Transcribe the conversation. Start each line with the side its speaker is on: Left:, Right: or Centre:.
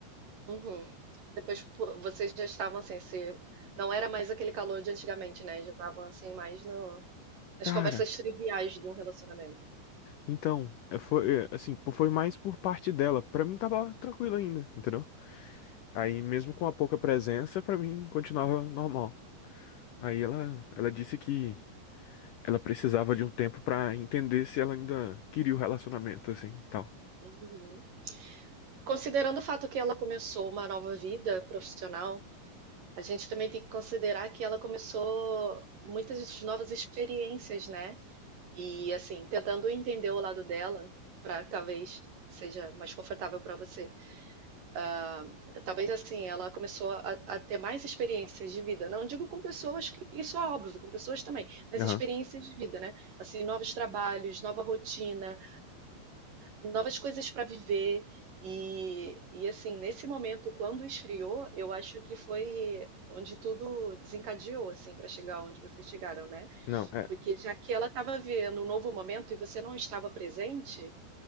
Right: Uhum. Depois pô, vocês já estavam assim, se... não era mais aquele calor de antigamente, né? Já estavam assim, mais no... nas
Left: Cara,
Right: conversas triviais de um relacionamento.
Left: então, é, foi é, assim, pô, foi mais por parte dela. Pra mim tava tranquilo ainda, entendeu? Aí mesmo com a pouca presença, pra mim continuava normal. Aí ela ela disse que ela precisava de um tempo pra entender se ela ainda queria o relacionamento assim, e tal.
Right: Uhum. Considerando o fato que ela começou uma nova vida profissional, a gente também tem que considerar que ela começou muitas novas experiências, né? E assim, tentando entender o lado dela, para talvez seja mais confortável para você. Ah, talvez assim, ela começou a, a, ter mais experiências de vida. Não digo com pessoas, que, isso é óbvio, com pessoas também, mas
Left: Aham.
Right: experiências de vida, né? Assim, novos trabalhos, nova rotina, uh, novas coisas para viver. E, e assim, nesse momento, quando esfriou, eu acho que foi onde tudo desencadeou, assim, para chegar onde vocês chegaram, né?
Left: Não, é,
Right: Porque já que ela estava vivendo um novo momento e você não estava presente,